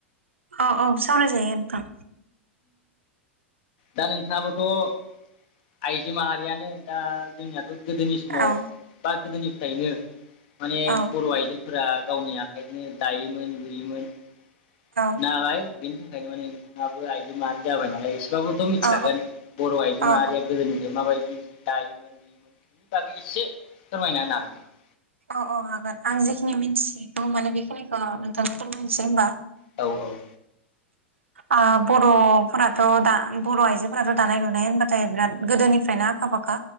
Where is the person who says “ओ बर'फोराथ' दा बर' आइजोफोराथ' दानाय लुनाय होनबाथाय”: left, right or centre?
Right